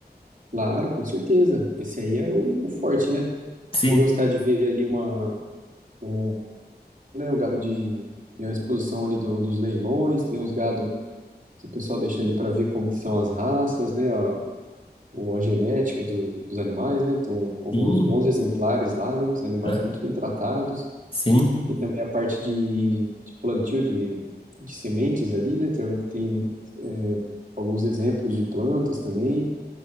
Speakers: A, on the right; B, on the left.
A: Claro, com certeza. Esse aí é o, o forte, né?
B: Sim,
A: Se ele gostar de ver ali uma. um né? O gado de. Tem a exposição ali do- dos leilões, tem os gado que o pessoal deixa ali para ver como que são as raças, né? A, ou a genética do- dos animais, né? Tem um, alguns
B: sim,
A: bons exemplares lá, né? Os animais
B: ah,
A: muito bem tratados.
B: sim.
A: Tem também a parte de, de plantio de, de sementes ali, né? Tem, tem é, alguns exemplos de plantas também.